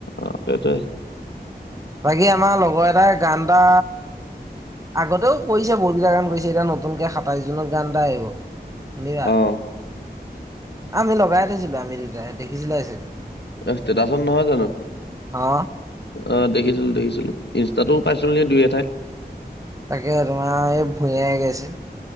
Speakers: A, on the left; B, on the right.
A: অঁ সেইটোৱেই।
B: বাকী আমাৰ লগৰ এটাই গান এটা আগতেও কৰিছে বহুতকেইটা গান কৰিছে এতিয়া নতুনকে সাতাইছ জুত গান এটা আহিব। শুনিবা
A: অ
B: আমি লগাই থৈছিলো আমি দোতাই দেখিছিলো চাগে,,
A: <unintelligible> স্তেটাচো নহয় জানো।
B: অ
A: অ' দেখিছো। তো দেখিছিলো, ইনষ্টাটো পাইছিলোগে দুই এঠাইত।
B: তাকে তোমাৰ এই ভূঞাই গাইছে।